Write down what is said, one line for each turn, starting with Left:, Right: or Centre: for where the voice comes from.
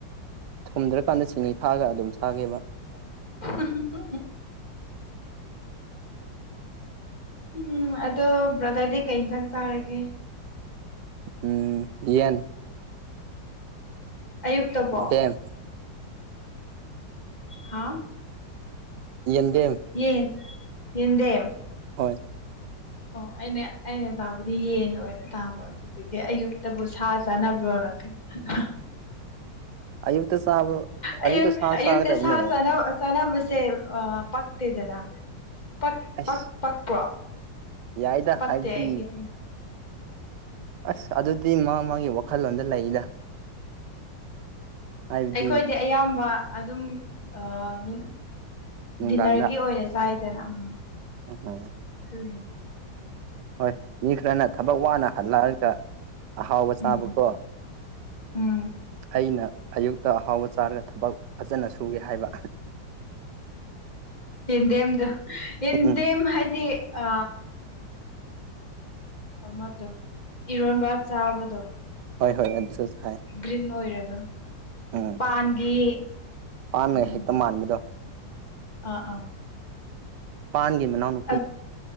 Right: ꯊꯨꯝꯗ꯭ꯔꯀꯥꯟꯗ ꯆꯤꯅꯤ ꯊꯥꯛꯑꯒ ꯑꯗꯨꯝ ꯁꯥꯏꯒꯦꯕ
Left: ꯍꯝ ꯍꯝ ꯎꯝ ꯑꯗꯣ ꯕ꯭ꯔꯗꯔꯗꯤ ꯀꯩ ꯏꯟꯖꯥꯡ ꯆꯥꯔꯒꯦ
Right: ꯎꯝ ꯌꯦꯟ
Left: ꯑꯌꯨꯛꯇꯕꯣ
Right: ꯗꯦꯝ
Left: ꯍꯥꯥ
Right: ꯌꯦꯟꯗꯦꯝ
Left: ꯌꯦꯟ ꯌꯦꯟꯗꯦꯝ
Right: ꯍꯣꯏ
Left: ꯑꯣ ꯑꯩꯅ ꯑꯩꯅ ꯇꯥꯕꯗꯤ ꯌꯦꯟ ꯑꯣꯏꯅ ꯇꯥꯕ ꯑꯗꯨꯒꯤ ꯑꯩꯁꯨ ꯑꯌꯨꯛꯇꯕꯨ ꯁꯥ ꯆꯥꯅꯕ꯭ꯔꯣꯅ ꯈꯟꯕ
Right: ꯑꯌꯨꯛꯇ ꯆꯥꯕ
Left: ꯑꯌꯨꯛ
Right: ꯑꯌꯨꯛꯇ ꯁꯥ
Left: ꯑꯌꯨꯛꯇ
Right: ꯆꯒꯥꯗꯕꯅꯦ
Left: ꯁꯥ ꯆꯥꯅꯕꯁꯦ ꯄꯛꯇꯦꯗꯅ ꯄꯛ
Right: ꯑꯁ
Left: ꯄꯛ ꯄꯛꯄ꯭ꯔꯣ
Right: ꯌꯥꯏꯗ
Left: ꯄꯛꯇꯦ
Right: ꯍꯥꯏꯕꯗꯤ
Left: ꯑꯩꯒꯤꯗꯤ
Right: ꯑꯁ ꯑꯗꯨꯗꯤ ꯃꯥ ꯃꯥꯒꯤ ꯋꯥꯈꯜꯂꯣꯟꯗ ꯂꯩꯗ ꯍꯥꯏꯕꯗꯤ
Left: ꯑꯩꯈꯣꯏꯗꯤ ꯑꯌꯥꯝꯕ ꯑꯗꯨꯝ ꯑꯥ ꯅꯨꯡ
Right: ꯅꯨꯡꯗꯥꯡꯗ
Left: ꯗꯤꯟꯅꯔꯒꯤ ꯑꯣꯏꯅ ꯆꯥꯏꯗꯅ ꯎꯝ
Right: ꯎꯝ
Left: ꯑꯗꯨꯒꯤꯅꯤ
Right: ꯍꯣꯏ ꯃꯤ ꯈꯔꯅ ꯊꯕꯛ ꯋꯥꯅ ꯍꯜꯂꯛꯑꯒ ꯑꯍꯥꯎꯕ
Left: ꯎꯝ
Right: ꯆꯥꯕꯀꯣ
Left: ꯎꯝ
Right: ꯑꯩꯅ ꯑꯌꯨꯛꯇ ꯑꯍꯥꯎꯕ ꯆꯥꯔꯒ ꯊꯕꯛ ꯐꯖꯅ ꯁꯨꯒꯦ ꯍꯥꯏꯕ
Left: ꯌꯦꯟꯗꯦꯝ ꯌꯦꯟꯗꯦꯝ
Right: ꯎꯝ
Left: ꯍꯥꯏꯗꯤ ꯑ ꯑꯃꯗꯣ ꯏꯔꯣꯟꯕ ꯆꯥꯕꯗꯣ
Right: ꯍꯣꯏ ꯍꯣꯏ ꯑꯗꯨꯁꯨ ꯁꯥꯏ
Left: ꯒ꯭ꯔꯤꯟ ꯑꯣꯏꯔꯒ
Right: ꯎꯝ
Left: ꯄꯥꯟꯒꯤ
Right: ꯄꯥꯟꯒ
Left: ꯎꯝ
Right: ꯍꯦꯛꯇ ꯃꯥꯟꯕꯗꯣ
Left: ꯑꯥ ꯑꯥ
Right: ꯄꯥꯟꯒꯤ ꯃꯅꯥꯎ
Left: ꯑꯠ